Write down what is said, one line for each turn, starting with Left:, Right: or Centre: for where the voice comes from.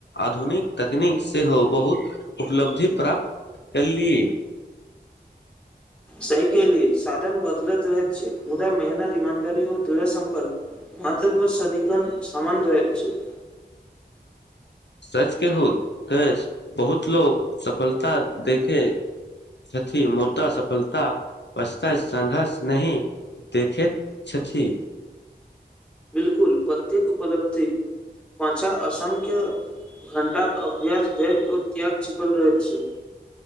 Left: आधुनिक तकनीक सेहो बहुत उपलब्धि प्राप्त कल्लि
Centre: सही केहेलियै साधन बदलैत रहैत छै मुदा मेहनत इमानदार ओ दृढ़ संकल्प मातव सादीखन समान रहय छै
Left: सच के हुते बहुत लोक सफलता दैते सचि मर्दा सफलता बस्ता संघर्ष नहि देखैत छथि
Centre: बिलकुल प्रत्येक उपलब्धि पाँचा असंख्य घण्टाक अभ्यास धेर ओ त्याग छिपल रहै छै